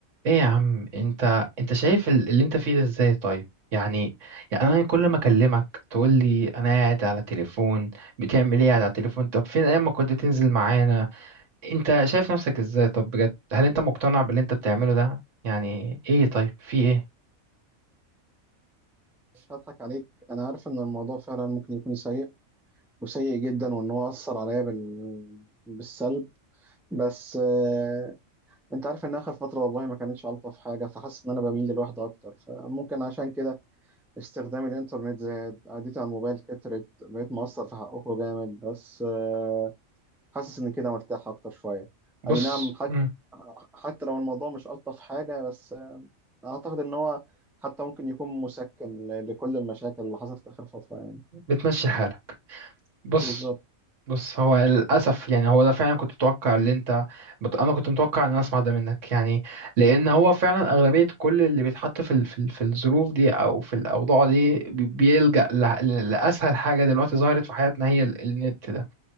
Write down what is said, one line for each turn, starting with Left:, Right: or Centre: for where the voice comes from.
Right: ايه يا عم انت انت شايف ال- اللي انت فيه ده ازاي طيب يعني يعني انا كل ما اكلمك تقول لي انا قاعد على تليفون بتعمل ايه قاعد على التليفون طب فين ايام ما كنت تنزل معانا انت شايف نفسك ازاي طب بجد هل انت مقتنع باللي انت بتعمله ده يعني ايه طيب في ايه
Centre: مش هضحك عليك انا عارف ان الموضوع فعلا ممكن يكون سيء وسيء جدا وان هو اثر عليا بال... بالسلب بس آه... انت عارف ان اخر فتره والله ما كانتش الطف حاجه فحاسس ان انا بميل للوحده اكتر فممكن عشان كده استخدام الانترنت زاد قعدتي على الموبايل كترت بقيت مقصر في حقكم جامد بس آه... حاسس ان كده مرتاح اكتر شويه
Right: بص
Centre: اي نعم حتى
Right: مم،
Centre: حتى لو الموضوع مش الطف حاجه بس آه... اعتقد ان هو حتى ممكن يكون مسكن ل- لكل المشاكل اللي حصلت آخر فترة يعني
Right: بتمشي حالك بص
Centre: بالظبط
Right: بص هو للأسف يعني هو ده فعلا كنت متوقع اللي انت مت- أنا كنت متوقع إن أنا أسمع ده منك يعني لأن هو فعلا أغلبية كل اللي بيتحط في ال... في ال... في الظروف دي أو في الأوضاع دي بي- بيلجأ ل... ل- لأسهل حاجة دلوقتي ظهرت في حياتنا هي ال- النت ده